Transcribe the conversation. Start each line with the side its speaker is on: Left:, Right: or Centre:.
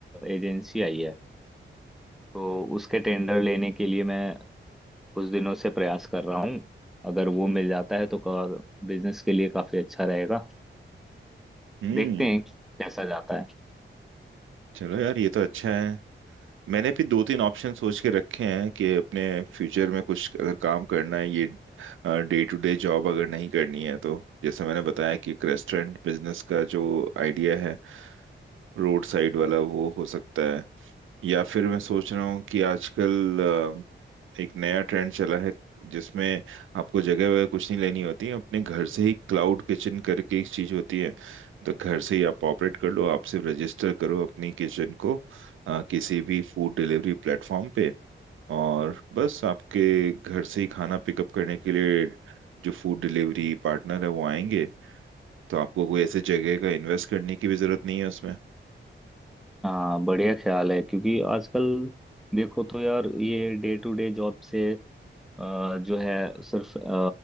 Centre: एजेंसी आई है तो उसके टेंडर लेने के लिए मैं कुछ दिनों से प्रयास कर रहा हूँ अगर वो मिल जाता है तो बिजनेस के लिए काफी अच्छा रहेगा
Right: हम्म
Centre: देखते हैं कैसा जाता है
Right: चलो यार ये तो अच्छा है मैंने भी दो तीन ऑप्शन सोच के रखे हैं कि अपने फ्यूचर में कुछ अगर काम करना है ये डे टू डे जॉब अगर नहीं करनी है तो जैसे मैंने बताया कि एक रेस्टोरेंट बिजनेस का जो आइडिया है रोड साइड वाला वो हो सकता है या फिर मैं सोच रहा हूँ कि आजकल अ, एक नया ट्रेंड चला है जिसमें आपको जगह वगैरह कुछ नहीं लेनी होती अपने घर से ही क्लाउड किचन करके एक चीज होती है तो घर से ही आप ऑपरेट कर लो आप सिर्फ रजिस्टर करो अपनी किचन को अ, किसी भी फूड डिलीवरी प्लेटफॉर्म पे और बस आपके घर से ही खाना पिकअप करने के लिए जो फूड डिलीवरी पार्टनर है वो आएंगे तो आपको कोई ऐसे जगह का इन्वेस्ट करने की भी जरूरत नहीं है उसमें
Centre: हाँ बढ़िया ख्याल है क्योंकि आजकल देखो तो यार ये डे टू डे जॉब से अ, जो है सिर्फ अ,